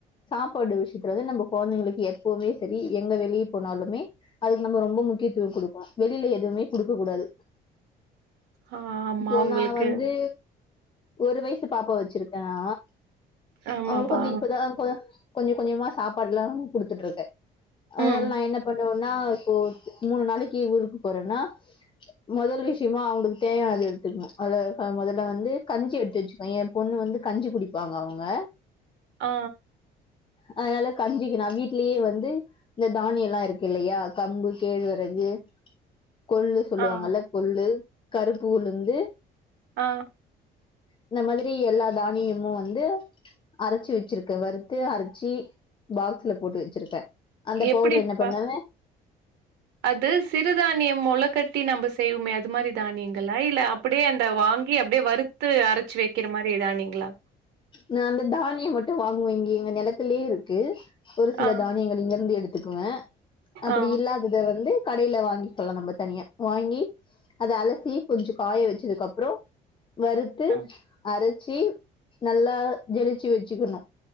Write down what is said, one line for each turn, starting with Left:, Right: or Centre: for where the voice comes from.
Left: சாப்பாடு விஷயத்துல வந்து நம்ப கொழந்தைங்களுக்கு எப்பவுமே செரி எங்க வெளியே போனாலுமே அதுக்கு நம்ப ரொம்ப முக்கியத்துவம் கொடுப்போம் வெளியில எதுவுமே கொடுக்க கூடாது
Right: ஆ ஆமா
Left: இப்போ
Right: உங்களுக்கு
Left: நான் வந்து ஒரு வயசு பாப்பாவ வச்சிருக்கேனா
Right: ஆமாப்பா.
Left: அவங்களுக்கு வந்து இப்பதான் கொ கொஞ்ச கொஞ்சமா சாப்பாடுல்லா கொடுத்துட்டு இருக்கே அதனால
Right: ம்.
Left: நான் என்ன பண்ணுவேனா இப்போ மூணு நாளைக்கு ஊருக்கு போறேன்னா முதல் விஷயமா அவங்களுக்கு தேவையானது எடுத்துக்கணு அதுல மொதல்ல வந்து கஞ்சி எடுத்து வச்சுக் ஏன் பொண்ணு வந்து கஞ்சி குடிப்பாங்க அவங்க
Right: ஆ
Left: அதனால கஞ்சிக்கு நா வீட்லயே வந்து இந்த தானியல்லா இருக்குல்லையா கம்பு கேழ்வரகு கொள்ளு சொல்லுவாங்கல்ல
Right: ஆ,
Left: கொள்ளு கருப்பு உளுந்து
Right: ஆ
Left: இந்த மாதிரி எல்லா தானியமு வந்து அரச்சு வச்சிருக்கே வறுத்து அரச்சி பாக்ஸ்ல போட்டு வச்சிருக்கேன் அந்த
Right: எப்படிப்பா?
Left: பவுடர் என்ன பண்ணுவே
Right: அது சிறுதானியம் மொளகட்டி நம்ப செய்யுவோமே அத் அது மாரி தானியங்களா இல்ல அப்டியே அந்த வாங்கி அப்டியே வறுத்து அரச்சு வைக்கிற மாரி தானியங்களா
Left: நான் அந்த தானியம் மட்டும் வாங்குவேன் இங்க எங்க நெலத்திலயேருக்கு ஒரு சில
Right: ஆ,
Left: தானியங்கள் இங்கருந்து எடுத்துக்குவேன் அப்டி
Right: ஆ,
Left: இல்லாதத வந்து கடயில வாங்கிக்கெலாம் நம்ப தனியா வாங்கி அத அலசி கொஞ்சம் காய வச்சதுக்கு அப்றம் வறுத்து
Right: ஆ,
Left: அரச்சி நல்லா ஜெரிச்சு வச்சுக்கணும்